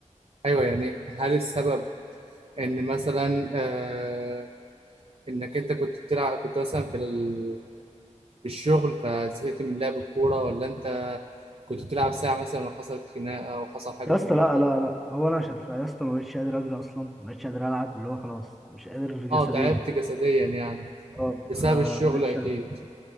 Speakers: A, on the right (about 50°); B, in the centre.
A: ايوه يعني هل السبب ان مثلا آه انك انت كنت بتلعب كنت مثلا في ال... في الشغل فزهقت من لعب الكورة ولا انت كنت بتلعب ساعة مثلا وحصلت خناقة وحصل حاجة
B: يا
A: زي
B: اسطى لا
A: كده
B: لا لا هو انا عشان فا- يا اسطى ما بقتش قادر اجري اصلا ما بقتش قادر العب اللي هو خلاص مش قادر جسديا
A: اه تعبت جسديا يعني
B: اه
A: بسبب
B: فما
A: الشغل
B: بقتش
A: اكيد
B: ألعب.